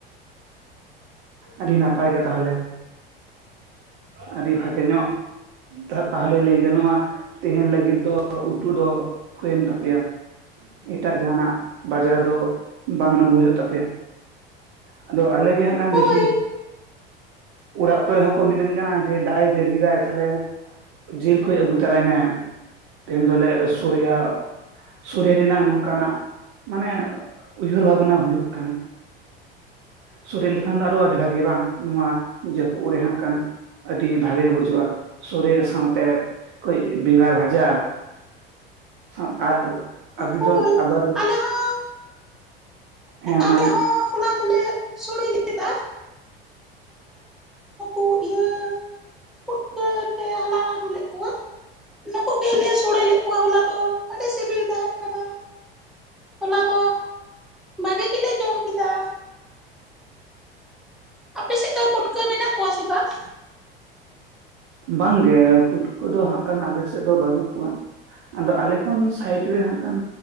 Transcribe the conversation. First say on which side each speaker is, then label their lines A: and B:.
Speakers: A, on the right (about 40°); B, in the centre.
A: ᱟᱹᱰᱤ ᱱᱟᱯᱟᱭ ᱜᱮ ᱛᱟᱦᱚᱞᱮ ᱟᱹᱰᱤ ᱵᱷᱟᱜᱮ ᱧᱚᱜ <unintelligible> ᱛᱟᱦᱚᱞᱮ ᱞᱟᱹᱭ ᱜᱟᱱᱚᱜᱼᱟ ᱛᱮᱦᱮᱱ ᱞᱟᱹᱜᱤᱫ ᱫᱚ ᱩᱛᱩ ᱫᱚ ᱦᱩᱭᱮᱱ ᱛᱟᱯᱮᱭᱟ᱾ ᱮᱴᱟᱜ ᱡᱟᱦᱟᱸᱱᱟᱜ ᱵᱟᱡᱟᱨ ᱫᱚ ᱵᱟᱝ ᱟᱹᱜᱩ ᱦᱩᱭᱩᱜ ᱛᱟᱯᱮᱭᱟ᱾ ᱟᱫᱚ ᱟᱞᱮ ᱜᱮ ᱦᱟᱸᱜ ᱠᱟᱱ
B: ᱦᱳᱭ
A: ᱫᱮᱠᱷᱤ ᱚᱲᱟᱜ ᱠᱚᱨᱮ ᱦᱚᱸᱠᱚ ᱢᱤᱛᱟᱹᱧ ᱠᱟᱱᱟ ᱡᱮ ᱫᱟᱜ ᱮ ᱡᱟᱹᱲᱤᱭ ᱫᱟᱭ ᱛᱟᱦᱞᱮ ᱡᱤᱞ ᱠᱟᱡ ᱟᱹᱜᱩ ᱛᱚᱨᱟᱭ ᱢᱮ ᱛᱮᱦᱮᱱ ᱫᱚᱞᱮ ᱥᱳᱨᱮᱭᱟ᱾ ᱥᱳᱨᱮ ᱨᱮᱱᱟᱜ ᱱᱚᱝᱠᱟᱱᱟᱜ ᱢᱟᱱᱮ ᱩᱭᱦᱟᱹᱨ ᱵᱷᱟᱵᱱᱟ ᱦᱩᱭᱩᱜ ᱠᱟᱱᱟ᱾ ᱥᱳᱨᱮ ᱞᱮᱠᱷᱟᱱ ᱫᱚ ᱟᱨᱚ ᱟᱹᱰᱤ ᱵᱷᱟᱜᱤ ᱵᱟᱝ ᱱᱚᱣᱟ ᱡᱟᱹᱯᱩᱫ ᱨᱮ ᱦᱟᱸᱜ ᱠᱟᱱ᱾ ᱟᱹᱰᱤ ᱵᱷᱟᱜᱮ ᱵᱩᱡᱷᱟᱹᱜᱼᱟ ᱥᱳᱨᱮ ᱥᱟᱶᱛᱮ ᱠᱟᱹᱡ ᱵᱮᱸᱜᱟᱲ ᱵᱷᱟᱡᱟ᱾ <unintelligible> ᱟᱨ ᱟᱵᱤᱱ
B: ᱦᱳᱭ
A: ᱫᱚ ᱟᱵᱟᱨ
B: ᱟᱞᱮ ᱦᱚᱸ
A: ᱦᱮᱸ
B: ᱟᱞᱮ
A: ᱢᱟᱱᱮ
B: ᱦᱚᱸ ᱦᱚᱞᱟ ᱫᱚᱞᱮ ᱥᱳᱲᱮ ᱞᱮᱫᱟ᱾ ᱳ ᱤᱧ ᱯᱩᱴᱠᱟᱹ ᱞᱮ ᱦᱟᱞᱟᱝ ᱟᱹᱜᱩ ᱞᱮᱫ ᱠᱚᱣᱟ᱾ ᱱᱩᱠᱩ ᱜᱮᱞᱮ ᱥᱳᱲᱮ ᱞᱮᱫ ᱠᱚᱣᱟ ᱦᱚᱞᱟ ᱫᱚ ᱟᱹᱰᱤ ᱥᱤᱵᱤᱞ ᱛᱟᱦᱮᱸ ᱠᱟᱱᱟ᱾ ᱦᱚᱞᱟ ᱫᱚ ᱵᱷᱟᱜᱤ ᱜᱮᱞᱮ ᱡᱚᱢ ᱠᱮᱫᱟ᱾ ᱟᱯᱮ ᱥᱮᱫ ᱫᱚ ᱯᱩᱴᱠᱟᱹ ᱢᱮᱱᱟᱜ ᱠᱚᱣᱟ ᱥᱮ ᱵᱟᱝ?
A: ᱵᱟᱝᱜᱮ ᱯᱩᱴᱠᱟᱹ ᱫᱚ ᱦᱟᱸᱜ ᱠᱷᱟᱱ ᱟᱞᱮ ᱥᱮᱫ ᱫᱚ ᱵᱟᱹᱱᱩᱜ ᱠᱚᱣᱟ᱾ ᱟᱫᱚ ᱟᱞᱮ ᱠᱷᱚᱱ ᱥᱟᱭᱤᱰ ᱨᱮ ᱦᱟᱸᱜ ᱠᱟᱱ